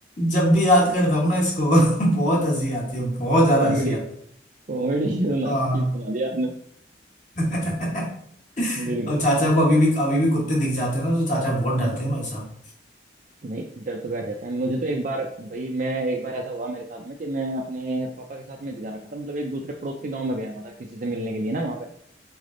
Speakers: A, on the left; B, on the right.
A: जब भी याद करता हूँ ना इसको <laughs> बहुत हंसी आती है बहुत ज्यादा
B: कॉमेडी
A: हंसी आती
B: कॉमेडी <laughs> सुना
A: है
B: अच्छी
A: हाँ
B: सुना दी आपने
A: <laughs> अब
B: बिल्कुल बिल्कुल।
A: चाचा को अभी भी अभी भी कुत्ते दिख जाते हैं ना तो चाचा बहुत
B: हम्म,
A: डरते हैं भाई साहब
B: नहीं डर तो बैठ जाता है मुझे तो एक बार भाई मैं एक बार ऐसा हुआ मेरे साथ में कि मैं अपने पापा के साथ में जिता रखा था मतलब एक दूसरे पड़ोस के गांव में गया हुआ था किसी से मिलने के लिए ना वहाँ पे